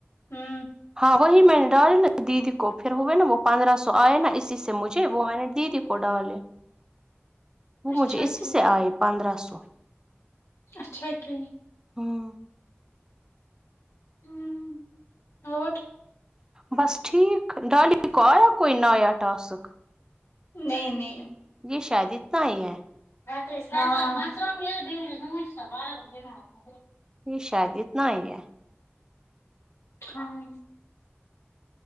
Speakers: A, on the left; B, on the right.
A: ہوں
B: ہاں وہی میں نے ڈالی نا دیدی کو پھر ہوئے نا وہ پندرہ سو آئے نا اسی سے مجھے وہ میں نے دیدی کو ڈالے وہ
A: اچھا
B: مجھے اسی
A: کی
B: سے آئے پندرہ سو
A: اچھا کری
B: ہممم
A: ہممم اور
B: بس ٹھیک ڈالی کو یا کوئی نیا ٹاسک
A: نہیں نہیں
B: یہ شاید نہیں ہے
A: <unintelligible>
B: یہ شاید نہیں ہے
A: ہاں